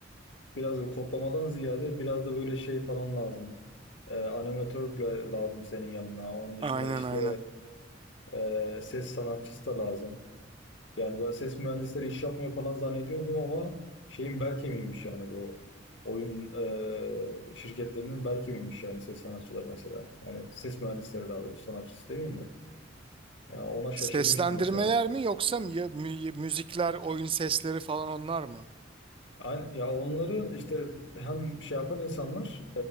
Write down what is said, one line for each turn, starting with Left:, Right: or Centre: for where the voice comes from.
Left: biraz da kodlamadan ziyade biraz da böyle şey falan lazım. E, animatör de lazım senin yanına. Onun dışında
Right: Aynen
Left: işte
Right: aynen.
Left: e, ses sanatçısı da lazım. Yani ben ses mühendisleri iş yapmıyor falan zannediyordum ama şeyin bel kemiğiymiş yani bu oyun e, şirketlerinin bel kemiğiymiş yani ses sanatçılar mesela. Yani ses mühendisleri daha doğrusu sanatçısı değil de. Yani ona şaşırmıştım
Right: Seslendirmeler
Left: mesela.
Right: mi yoksa mü- mü- müzikler, oyun sesleri falan onlar mı?
Left: Aynı, ya onları işte hem şey yapan insanlar